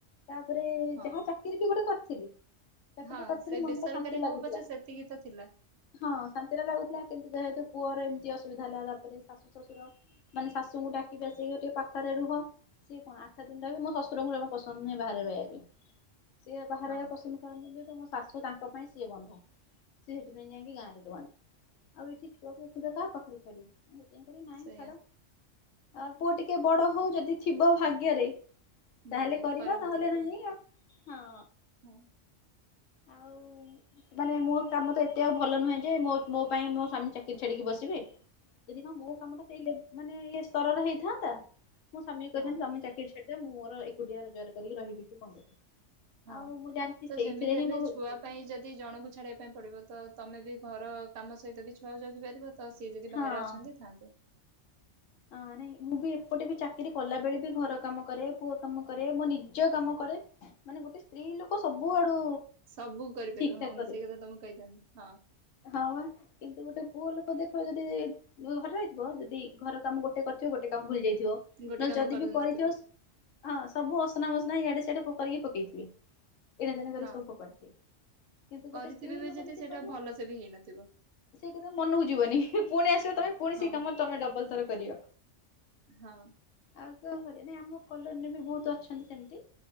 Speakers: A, on the left; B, on the right.
A: ତାପରେ
B: ହଁ
A: ଯାହା ଚାକିରି ବି ଗୋଟେ କରିଥିଲି। ଚାକିରି
B: ହଁ
A: ଟେ କରିଥିଲି
B: ସେଇ
A: ମନ
B: ବେସରକାରୀ
A: ଟା ଶାନ୍ତି
B: ହଉ
A: ଲାଗୁଥିଲା
B: ପଛେ ସେତିକି ତ ଥିଲା
A: ହଁ ଶାନ୍ତିରେ ଲାଗୁଥିଲା। କିନ୍ତୁ ଯେହେତୁ ପୁଅର ଏମିତି ଅସୁବିଧା ହେଲା ତାପରେ ଶାଶୁ ଶ୍ୱଶୁର। ମାନେ ଶାଶୁଙ୍କୁ ଡାକିବି ଆସିକି ଟିକେ ପାଖରେ ରୁହ। ସିଏ କଣ ଆଠ ଦିନ ରହେ ମୋ ଶଶୁରଙ୍କୁ ଯମା ପସନ୍ଦ ନୁହେଁ ବାହାରେ ରହିବା ପାଇଁ ସିଏ ବାହାର
B: ହଁ
A: ରିବା ପସନ୍ଦ। <unintelligible> ଯେ ମୋ ଶାଶୁ ତାଙ୍କ ପାଇଁ ସିଏ ବନ୍ଧା ସି ସେଥିପାଇଁ ଯାଇକି ଗାଁରେ ରୁହନ୍ତି। ଆଉ ଏଠି ଛୁଆକୁ ଏକୁଟିଆ କାହା ପାଖରେ ଛାଡିବି ନାଇଁ
B: ସେଇଆ
A: ଛାଡ। ଆ ପୁଅ ଟିକେ ବଡ ହଉ ଯଦି ଥିବ ଭାଗ୍ୟରେ।
B: ଭାଗ୍ୟରେ
A: ତାହେଲେ କରିବା
B: କରିବ
A: ନହେଲେ
B: ତାହା ପାଇଁ
A: ନାହିଁ ଆ ହଁ।
B: ହଁ।
A: ଆଉ ମାନେ ମୋ କାମ ତ ଏତେ ଆଉ ଭଲ ନୁହେଁ ଯେ ମୋ ମୋ ପାଇଁ ମୋ ସ୍ବାମୀ ଚାକିରି ଛାଡିକି ବସିବେ ଯଦି ହଁ ମୋ କାମ ଟା ସେଇ ମାନେ ଇଏ ସ୍ତରରେ ହେଇଥାନ୍ତା ମୁଁ ସ୍ୱାମୀ କହିଥାନ୍ତି
B: ହଁ
A: ସ୍ୱାମୀ ଚାକିର ଛାଡି ଦିଅ ମୁଁ ମୋର ଏକୁଟିଆ ରୋଜଗାର କରିକି ରହିବି କି କଣ କରିବି।
B: ହଁ
A: ଆଉ ମୁଁ ଜାଣିଛି
B: ତ
A: ସେଇଥିରେ
B: ଯେମିତି ହେଲେ
A: ହିଁ ମୋ ଭବିଷ୍ୟତ
B: ଛୁଆ ପାଇଁ ଯଦି ଜଣଙ୍କୁ ଛାଡିବା। ପାଇଁ ପଡିବ ତ ତମେ ବି ଘର କାମ ସହିତ ବି ଛୁଆ ଯଗିପାରିବ ତ ସିଏ ଯଦି
A: ହଁ।
B: ବାହାରେ ଅଛନ୍ତି ଥାନ୍ତୁ।
A: ହଁ ନାଇଁ ମୁଁ ବି ଏପଟେ ବି ଚାକିରରି କଲା ବେଳେ ବି ଘର କାମ କରେ ପୁଅ କାମ କରେ ମୋ ନିଜ କାମ କରେ। ମାନେ ଗୋଟେ ସ୍ତ୍ରୀ ଲୋକ ସବୁ ଆଡୁ।
B: ସବୁ କରିପାରିବ
A: ଠିକ
B: ହଁ
A: ଠାକ
B: ମୁଁ
A: କରେ
B: ସେଇ କଥା ତମକୁ କହିଥାନ୍ତି ହଁ।
A: ହଁ କିନ୍ତୁ ଗୋଟେ ପୁଅ ଲୋକ ଦେଖିବ ଯଦି ଘରେ ରହିଥିବ ଯଦି ଘର କାମ ଗୋଟେ କରିଥିବ ଗୋଟେ କାମ ଭୁଲି ଯାଇଥିବ ନହେଲେ
B: ଗୋଟେ କାମ
A: ଯଦି
B: କରିନଥିବ
A: ବି କରିଥିବ ହଁ ସବୁ ଅସନା ମସନା ଇଆଡେ ସିଆଡେ ଫୋପାଡ଼ିକି ପକେଇଥିବି। ଏଣେ ତେଣେ କରି
B: ହଁ।
A: ସବୁ ଫୋପାଡ଼ିଥିବେ କିନ୍ତୁ ଗୋଟେ
B: କରିଥିବେ
A: ସ୍ତ୍ରୀ
B: ବି
A: ଲୋକ ଯଦି
B: ସେଇଟା
A: କରିବ
B: ଭଲସେ ବି ହେଇନଥିବ
A: ସେଇ କଥା ମନକୁ ଯିବନି ପୁଣି ଆସିବ ତମେ ପୁଣି
B: ହଁ
A: ସେଇ କାମରେ ତମେ ଡବଲ ଥର <unintelligible> ହଁ
B: ହଁ
A: ଆଉ କଣ କରିବା ନାଇ ଆମ କଲୋନୀରେ ବି ବହୁତ ଅଛନ୍ତି ସେମତି।